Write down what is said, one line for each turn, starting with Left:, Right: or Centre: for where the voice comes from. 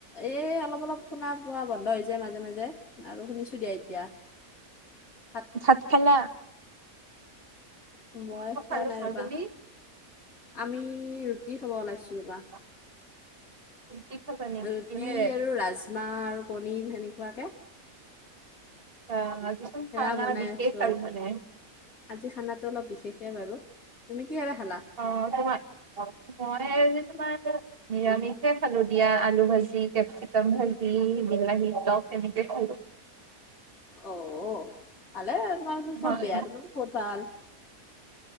Left: এ অলপ, অলপ শুনা পোৱা বন্ধ হৈ যায় মাজে মাজে আৰু শুনিছোঁ দিয়া এতিয়া। <unintelligible>
Right: ভাত খালা।
Left: মই
Right: অ
Left: খোৱা
Right: খালো
Left: নাই
Right: মই।
Left: ৰ'বা,
Right: তুমি?
Left: আমি ৰুটি খাব ওলাইছোঁ ৰ'বা।
Right: <unintelligible> খাবা নেকি?
Left: ৰুটি
Right: কিহেৰে?
Left: আৰু ৰাজমাহ আৰু পনীৰ সেনেকুৱাকে।
Right: <unintelligible> আজি চোন
Left: সেয়া
Right: খানা
Left: বনাই
Right: বিশেষ
Left: আছো
Right: আৰু মানে।
Left: আজি খানাতো অলপ বিশেষে বাৰু। তুমি কিহেৰে খালা?
Right: অ' <unintelligible> মই আজি তোমাৰ। নিৰামিষে খালো দিয়া। আলু ভাজি, কেপচিকাম ভাজি, বিলাহী তক সেনেকে খালোঁ।
Left: অ' ভালে তোমাৰ,
Right: হয়
Left: চব বেয়াটোনো ক'ত ভাল।